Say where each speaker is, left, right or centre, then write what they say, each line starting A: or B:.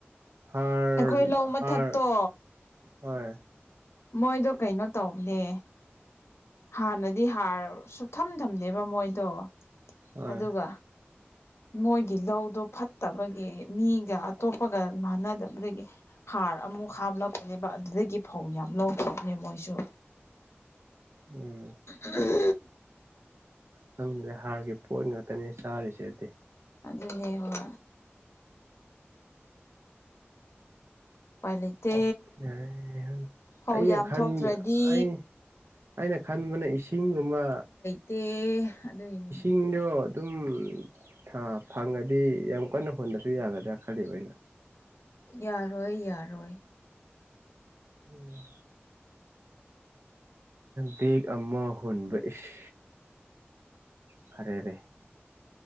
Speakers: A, on the right; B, on the left.
A: ꯍꯥꯔ
B: ꯑꯩꯈꯣꯏ ꯂꯧ ꯃꯊꯛꯇꯣ
A: ꯍꯔ ꯍꯣꯏ
B: ꯃꯣꯏꯗꯣ ꯀꯩꯅꯣ ꯇꯧꯈꯦ ꯍꯥꯟꯅꯗꯤ ꯍꯥꯔ ꯁꯨꯞꯊꯝ ꯊꯝꯗꯦꯕ ꯃꯣꯏꯗꯣ
A: ꯍꯣꯏ
B: ꯑꯗꯨꯒ ꯃꯣꯏꯒꯤ ꯂꯧꯗꯣ ꯐꯠꯇꯕꯒꯤ ꯃꯤꯒ ꯑꯇꯣꯞꯄꯒ ꯃꯥꯟꯅꯗꯕꯗꯒꯤ꯫ ꯍꯥꯔ ꯑꯃꯨꯛ ꯍꯥꯞꯂꯛꯄꯅꯦꯕ ꯑꯗꯨꯗꯒꯤ ꯐꯧ ꯌꯥꯝ ꯂꯧꯈꯤꯕꯅꯦ ꯃꯣꯏꯁꯨ꯫
A: ꯎꯝ꯫
B: <unintelligible>
A: ꯈꯪꯗꯔꯦ ꯍꯥꯔꯒꯤ ꯄꯣꯠ ꯉꯥꯛꯇꯅꯦ ꯆꯥꯔꯤꯁꯦ ꯑꯗꯨꯗꯤ꯫
B: ꯑꯗꯨꯅꯦ ꯍꯣꯏ꯫ ꯎꯄꯥꯏ ꯂꯩꯇꯦ
A: ꯌꯥꯏ
B: ꯐꯧ
A: ꯑꯩꯅ
B: ꯌꯥꯝ
A: ꯈꯟꯕ
B: ꯊꯣꯛꯇ꯭ꯔꯗꯤ
A: ꯑꯩ ꯑꯩꯅ ꯈꯟꯕꯅ ꯏꯁꯤꯡꯒꯨꯝꯕ꯫
B: ꯇꯦ ꯑꯗꯨꯒꯤꯅꯤ꯫
A: ꯏꯁꯤꯡꯗꯣ ꯑꯗꯨꯝ ꯊꯥ ꯐꯪꯉꯗꯤ ꯌꯥꯝ ꯀꯟꯅ ꯍꯣꯟꯗ꯭ꯔꯁꯨ ꯌꯥꯒꯗ꯭ꯔꯥ ꯈꯜꯂꯤ ꯑꯩꯅ꯫
B: ꯌꯥꯔꯣꯏ ꯌꯥꯔꯣꯏ꯫
A: ꯎꯝ ꯇꯦꯛ ꯑꯃ ꯍꯨꯟꯕ ꯏꯁ꯫ ꯐꯔꯦꯅꯦ